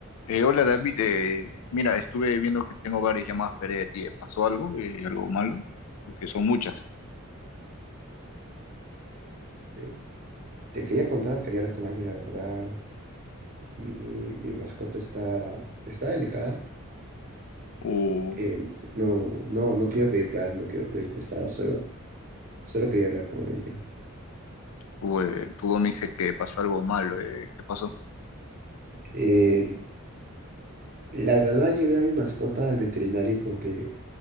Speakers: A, on the left; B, on the right.
A: Eh, hola David, eh, mira, estuve viendo que tengo varias llamadas perdidas de ti. ¿eh? ¿Pasó algo? Eh, ¿algo malo? Porque son muchas.
B: Eh, Te quería contar, quería hablar con alguien, la verdad. Mi, mi mascota está, está delicada.
A: O,
B: eh, no, no, no quería pedir plata, no quiero pedir prestado, solo, solo quería hablar con alguien.
A: o, eh, tu voz me dice que pasó algo malo. eh, ¿qué pasó?
B: Eh, la verdad, llevé a mi mascota al veterinario porque